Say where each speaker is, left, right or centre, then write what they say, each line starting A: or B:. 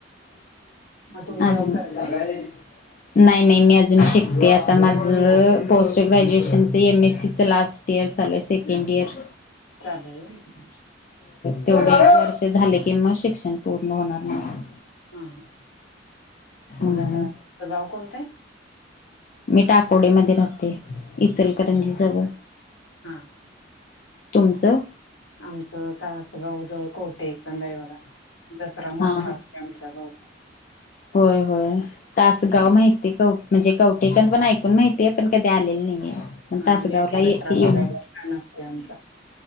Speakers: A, on the left; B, on the left.
A: तुम्ही
B: आजून
A: जॉब करताय
B: नाही नाही मी आजून शिकते आता माझं पोस्ट ग्रॅज्युएशनच एम. एस. सी. चं लास्ट इयर चालू ये सेकंड इयर
A: चालू हाय व्हय.
B: तेवढ एक वर्ष झाल की म शिक्षण पूर्ण होणार नाही असं.
A: हा
B: हम्म
A: मग आता तुझं गाव कोणतं आहे?
B: मी टाकोडी मध्ये राहते. इचलकरंजीजवळ
A: हा
B: तुमचं
A: आमचं तासगाव जवळ कोटे कणेरी दसरा मोठा
B: हा हा
A: असतय आमच्या गावात
B: होय होय तासगाव माहितीे हे का ओ म्हणजे कौठेकण पण ऐकून माहितीय पण कधी आलेली नाहीये मी. पण
A: हा
B: तासगावला
A: या की
B: ये
A: दसरा
B: येऊन
A: बघायला छान असते आमचा.